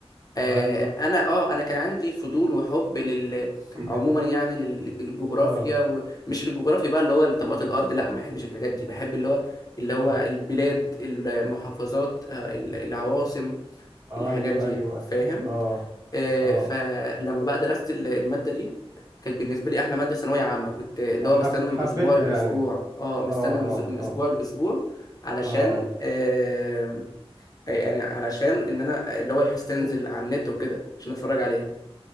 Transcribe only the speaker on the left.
آه،
انا اه انا كان عندي فضول وحب لل
عموما يعني لل- للجغرافيا
ومش للجغرافيا بقى اللي هو طبقات الارض لا ما بحبش الحاجات دي بحب اللي هو اللي هو
البلاد المحافظات آه، ال- العواصم
الحاجات
دي
فاهم
آه،
فلما بقى درست ال- الماده دي كانت بالنسبه لي احلى ماده ثانويه عامه كنت اللي
هو
بستنى من
الاسبوع للاسبوع
اه مستنى
من
ز- من
اسبوع لاسبوع علشان
آه، آه، يعني علشان ان انا آه، اللي هو الحاس تنزل
على النت وكده عشان اتفرج عليها